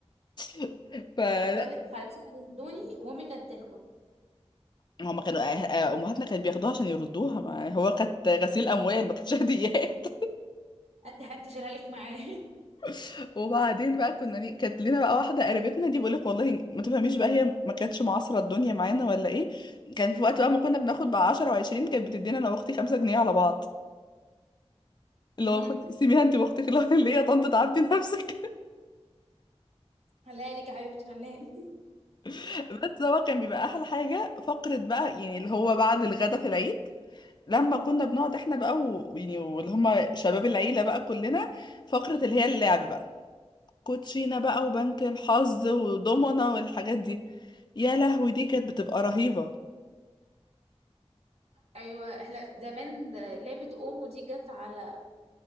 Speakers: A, on the left; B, on the right.
A: <laughs> فلا
B: عايزه اقول لك خالتي كانوا يدوني وامي كانت تاخد
A: هما كانوا آه، آه، امهاتنا كانت بياخدوها عشان يردوها ما يعني هو كانت غسيل اموال ما كانتش هديات
B: انت حابه تشيلها لك معايا
A: <laughs> وبعدين بقى
B: <laughs>
A: كنا ليه- كانت لينا بقى واحده قريبتنا دي بقولك والله ما تفهميش بقى هي ما كانتش معاصره الدنيا معانا ولا ايه كان في وقت بقى ما كنا بناخد بقى 10 و20 كانت بتدينا انا واختي 5 جنيه على بعض اللي
B: امم
A: هو خد سيبيها انت واختك اللي هو <laughs> اللي هي يا طنط تعبتي نفسك
B: خليها لك يا حبيبتي خليها لي
A: <laughs> بس هو كان بيبقى احلى حاجه فقره بقى يعني اللي هو بعد الغدا في العيد لما كنا بنقعد احنا بقى و- ويعني واللي هم شباب العيله بقى كلنا فقره اللي هي اللعب بقى كوتشينة بقى وبنك الحظ ودومنا والحاجات دي يا لهوي دي كانت بتبقى رهيبة
B: ايوه احنا زمان لعبة اونو دي جت على